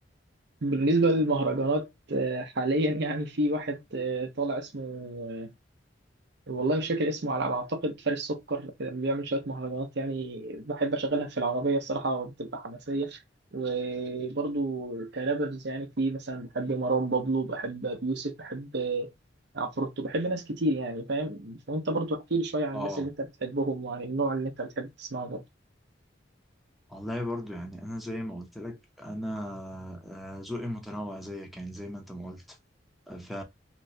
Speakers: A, on the right; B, in the centre.
A: بالنسبة للمهرجانات آه، حاليا يعني في واحد آه، طالع اسمه آه، والله مش فاكر اسمه على ما أعتقد فارس سكر آه، بيعمل شوية مهرجانات يعني بحب أشغلها في العربية الصراحة بتبقى حماسية وبرضو كرابرز يعني في مثلا بحب مروان بابلو بحب أبي يوسف بحب آه، عفروتو بحب ناس كتير يعني فاهم وأنت برضو احكي لي شوية عن
B: آه
A: الناس اللي أنت بتحبهم وعن النوع اللي أنت بتحب تسمعه
B: والله برضو يعني انا زي ما قلت لك انا آه، ذوقي متنوع زيك يعني زي ما انت ما قلت ف